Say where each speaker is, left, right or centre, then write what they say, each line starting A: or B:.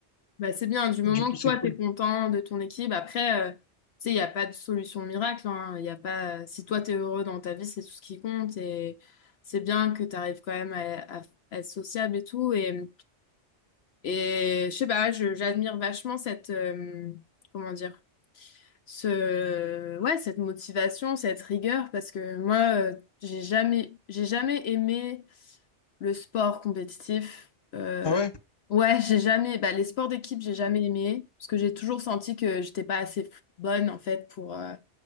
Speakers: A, on the left; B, on the left.
A: Bah, c'est bien, du moment
B: Du coup
A: que
B: c'est
A: toi,
B: cool.
A: t'es content de ton équipe. Après, euh, tu sais, il n'y a pas de solution miracle, hein. Y a pas... Si toi, t'es heureux dans ta vie, c'est tout ce qui compte. Et c'est bien que tu arrives quand même à, à être sociable et tout. Et, et je sais pas, je- j'admire vachement cette... euh, comment dire? Ce... Ouais, cette motivation, cette rigueur. Parce que moi, euh, j'ai jamais, j'ai jamais aimé le sport compétitif. euh,
B: Ah ouais,
A: ouais, j'ai jamais. Bah, les sports d'équipe, j'ai jamais aimé parce que j'ai toujours senti que j'étais pas assez f- bonne en fait pour euh,